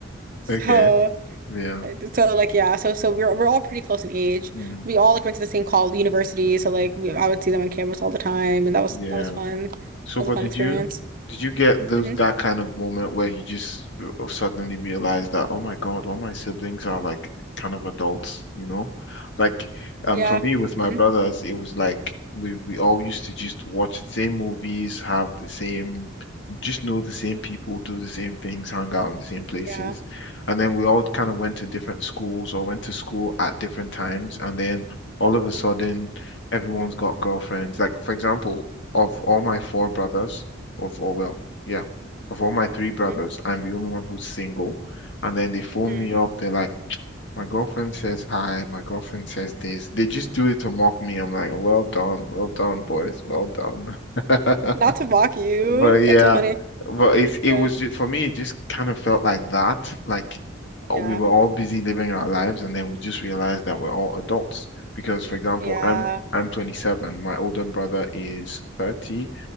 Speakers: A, on the right; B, on the left.
A: So
B: Okay. Yeah.
A: uh, So like yeah, so so we're we're all pretty close in age.
B: Mm,
A: We all like went to the same college university, so like we, I would see them on campus all the time, and that was
B: yeah.
A: that was fun. That
B: So,
A: was
B: but
A: a fun
B: did
A: experience.
B: you did you get those
A: hmm
B: that kind of moment where you just uh, suddenly realize that, oh my God, all my siblings are like kind of adults, you know? Like,
A: Yeah.
B: um, for me with
A: hmm
B: my brothers, it was like we we all used to just watch the same movies, have the same, just know the same people, do the same things, hang out in the same places,
A: Yeah.
B: and then we all kind of went to different schools or went to school at different times, and then all of a sudden everyone's got girlfriends. Like, for example, of all my four brothers, of all, well, yeah, of all my three brothers,
A: hmm
B: I'm the only one who's single. And then they phone
A: Mm.
B: me up. They're like, my girlfriend says hi, my girlfriend says this. They just do it to mock me. I'm like, well done, well done, boys, well done. <laughs>
A: Not to mock you.
B: But yeah,
A: That's so funny.
B: but it's it
A: Yeah.
B: was just, for me, it just kind of felt like that. Like
A: Yeah.
B: uh, we were all busy living our lives, and then we just realized that we're all adults. Because, for example,
A: Yeah.
B: I'm I'm 27, my older brother is 30,